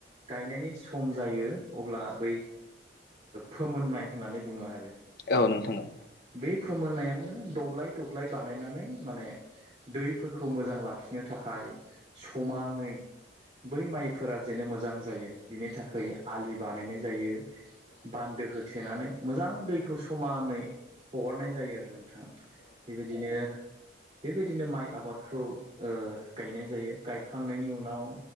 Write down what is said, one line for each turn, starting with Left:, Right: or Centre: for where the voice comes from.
Right: गायनायनि सम जायो अब्ला बै फोमोननाय होननानै बुङो आरो
Left: औ नोंथां औ
Right: बे फोमोननायावनो दब्लाय दब्लाय बानायनानै माने दैफोरखौ मोजां लाखिनो थाखाय समानै बै माइफोरा जेनो मोजां जायो बिनि थाखाय आलि बानायनाय जायो बान्दो होथेनानै मोजां दैखौ समानै हगारनाय जायो आरो ना बेबायदिनो बेबायदिनो माइ आबादखौ गायनाय जायो गायखांनायनि उनाव